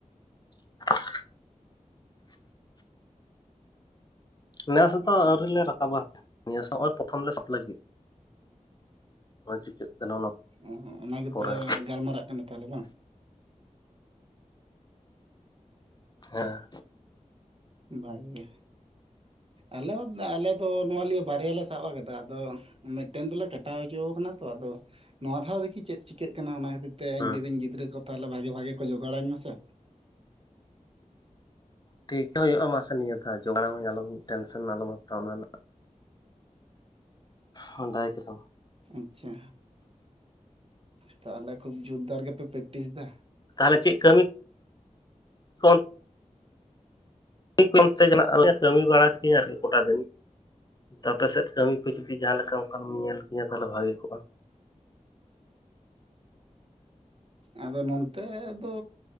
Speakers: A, on the left (about 30°); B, on the right (about 45°).
A: <inaudible> ᱱᱮᱥ ᱫᱚ ᱟᱹᱣᱨᱤ ᱞᱮ ᱨᱟᱠᱟᱵᱟ ᱱᱤᱭᱟᱹ ᱱᱚᱜᱼᱚᱭ ᱯᱨᱚᱛᱷᱚᱢ ᱞᱮ ᱥᱟᱵ ᱞᱟᱹᱜᱤᱫ ᱚᱱᱟ ᱪᱤᱠᱟᱹᱜ ᱠᱟᱱᱟ ᱚᱱᱟ
B: ᱚ ᱚᱱᱟ ᱜᱮᱯᱮ
A: ᱯᱚᱨᱮ
B: ᱜᱟᱞᱢᱟᱨᱟᱜ ᱠᱟᱱᱟ ᱛᱟᱦᱚᱞᱮ ᱵᱟᱝ
A: ᱦᱮᱸ
B: ᱵᱷᱟᱜᱮ ᱟᱞᱮ ᱟᱞᱮᱫᱚ ᱱᱚᱣᱟ ᱞᱤᱭᱟᱹ ᱵᱟᱨᱭᱟ ᱞᱮ ᱥᱟᱵ ᱟᱠᱟᱫᱟ, ᱟᱫᱚ ᱢᱤᱫ ᱢᱤᱫᱴᱮᱱ ᱫᱚᱞᱮ ᱠᱟᱴᱟᱣ ᱦᱚᱪᱚ ᱟᱠᱟᱱᱟ, ᱛᱚ ᱟᱫᱚ ᱱᱚᱣᱟ ᱫᱷᱟᱣ ᱫᱮᱠᱷᱤ ᱪᱮᱫ ᱪᱤᱠᱟᱹᱜ ᱠᱟᱱᱟ ᱚᱱᱟ ᱠᱷᱟᱹᱛᱤᱨ ᱛᱮ
A: ᱦᱮᱸ
B: ᱤᱧ ᱞᱟᱹᱭᱫᱟᱹᱧ ᱜᱤᱫᱽᱨᱟᱹ ᱠᱚ ᱛᱟᱦᱚᱞᱮ ᱵᱷᱟᱜᱮ ᱵᱷᱟᱜᱮ ᱠᱚ ᱡᱚᱜᱟᱲᱟᱧ ᱢᱮᱥᱮ?
A: ᱴᱷᱤᱠ ᱜᱮ ᱦᱩᱭᱩᱜᱼᱟ, ᱢᱟᱥᱮ ᱱᱤᱭᱟᱹ ᱫᱷᱟ ᱡᱚᱜᱟᱲ ᱟᱢᱤᱧ ᱴᱮᱱᱥᱚᱱ ᱟᱞᱚᱢ ᱦᱟᱛᱟᱣᱟ ᱚᱱᱟ ᱨᱮᱱᱟᱜ ᱦᱚᱰᱟᱭ ᱠᱮᱫᱟᱢ
B: ᱟᱪᱪᱷᱟ ᱛᱟᱦᱚᱞᱮ ᱠᱷᱩᱵ ᱡᱳᱨᱫᱟᱨ ᱜᱮᱯᱮ ᱯᱮᱠᱴᱤᱥ ᱫᱟ
A: ᱛᱟᱦᱚᱞᱮ ᱪᱮᱫ ᱠᱟᱹᱢᱤ ᱠᱷᱚᱱ <unintelligible> ᱠᱟᱹᱢᱤ ᱵᱟᱲᱟ ᱠᱮᱭᱟ ᱟᱨ ᱜᱚᱴᱟ ᱫᱤᱱ ᱟᱯᱮ ᱥᱮᱫ ᱠᱟᱹᱢᱤ ᱠᱚ ᱡᱩᱫᱤ ᱡᱟᱦᱟᱸ ᱞᱮᱠᱟ ᱚᱱᱠᱟᱢ ᱧᱮᱞ ᱠᱤᱧᱟ ᱛᱟᱦᱚᱞᱮ ᱵᱷᱟᱜᱮ ᱠᱚᱜᱼᱟ ᱾
B: ᱟᱫᱚ ᱱᱚᱱᱛᱮ ᱫᱚ